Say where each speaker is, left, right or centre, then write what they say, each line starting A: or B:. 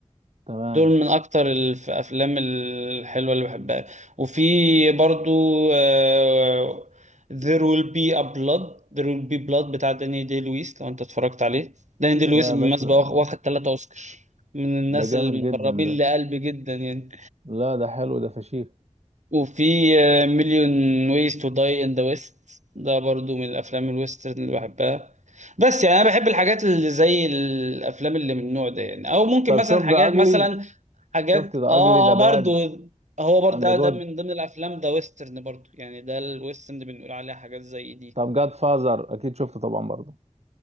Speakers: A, on the right; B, on the right.
A: تمام
B: دول من اكتر الافلام الحلوه اللي بحبها وفي برضو آه، There will be a blood There will be blood بتاع داني دي لويس لو انت اتفرجت عليه داني دي
A: لا
B: لويس بالمناسبه
A: يا باشا ده
B: واخ- واخد ثلاثة اوسكار من الناس
A: ده جامد
B: المقربين
A: جدا ده
B: لقلبي جدا يعني
A: لا ده حلو ده فشيخ
B: وفي مليون ويز تو داي ان ذا ويست ده برضو من الافلام الويسترن اللي بحبها بس يعني انا بحب الحاجات اللي زي الافلام اللي من النوع ده يعني او ممكن
A: طب
B: مثلا
A: شوف
B: حاجات
A: ده اجلي
B: مثلا حاجات
A: شفت ده
B: اه
A: اجلي ده
B: آه،
A: باد
B: برضو هو برضه
A: اند
B: ده,
A: جود
B: ده من ضمن الافلام ده ويسترن برضو يعني ده الويسترن اللي بنقول عليها حاجات زي دي
A: طب جاد فازر اكيد شفته طبعا برضه